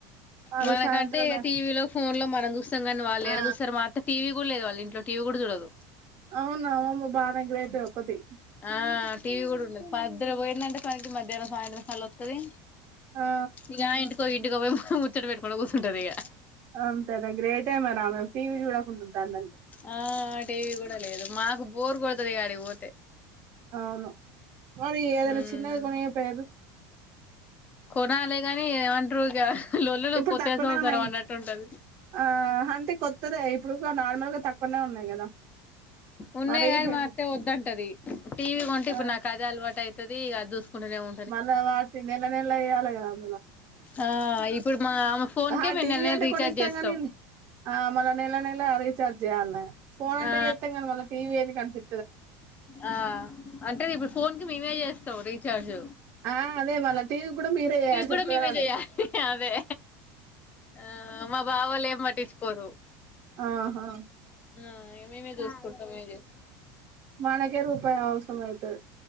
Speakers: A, on the right (about 40°); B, on the left (about 20°).
A: వాళ్ళు
B: మనకంటే
A: సాయంత్రమే
B: టీవీ లో ఫోన్ లో మనం చూస్తాం కానీ వాళ్ళు
A: ఆ
B: ఎడ చూస్తారు మాత్రం టీవ గూడలేదు వాళ్ళ ఇంట్లోటీవీ కూడా చూడదు
A: అవును అమ్మమ్మ బానే గ్రేట్ ఒక్కత్తి
B: ఆ టీవీ గూడా ఉండదు పొద్దు న పోయిందంటే పనికి మధ్యాహ్నం సాయంత్రం క అలా స్తుంది
A: ఆ
B: ఇక ఆ ఇంటికో ఈ ఇంటికో పోయి ముచ్చట పెట్టుకుంట కూర్సుంటది ఇక
A: అంతే గ గ్రేటే మరి ఆమె టీవీ చూడకుండా ఉంటాంది
B: ఆ టీవీ కూడా లేదు మాకు బోర్ కొడతది ఆడికి పోతే
A: అవును మరి ఏదైనా
B: ఉమ్
A: చిన్నది కొనియపోయార్రు
B: కొనాలేగాని ఏమంటారు ఇక ల్లొల్లులు
A: ఇప్పుడు
B: పొత్తేసంసారం
A: తక్కువనే ఉన్నాయి
B: అన్నట్టు ఉంటది
A: ఆ అంటే కొత్తదే ఇప్పుడు ఇక నార్మల్గా తక్కువనే ఉన్నాయి కదా
B: ఉన్నాయి
A: మరి
B: గాని
A: హెవీ
B: మా అత్తే వద్దంటది టీవీ కొంటే ఇప్పుడు
A: ఆ
B: నాకు అది ది అలవాటు అయితది అది చూసుకుంటెనేమో
A: మళ్ళ వాడితే నెల నెలా ఏయలా కదా అందులో
B: ఆ ఇప్పుడు మా ఆమె ఫోన్
A: ఆ
B: కే మేము
A: టీవీ
B: నెల నెల
A: అంటే
B: రీఛార్జ్
A: కొని ఇస్తాం
B: చేస్తాం
A: కాని ఆ మళ్ళ నెల నెల రీచార్జ్ చేయాలన్నె ఫోన్ అంటే
B: ఆ
A: చెత్తాం కానీ మళ టీవీ ఎందుకు అనిపి
B: ఆ అంటే ఇప్పుడు ఫోన్ కి మేమే చేస్తాం రీచార్జ్
A: ఆ అదే మళ్ళా టీవీ గ్గూడా మీరే ఏయాలె
B: కూడా
A: చెప్తున్నారు
B: మేమే చెయాలి అదే ఆ మా బావోళ్ళ ఏం పట్టిచ్చుకోరు
A: ఆ హా
B: ఆ మేమే చూసుకుంటాం మే చేసుకుం
A: మనకే రూపాయి అవసరం అయితది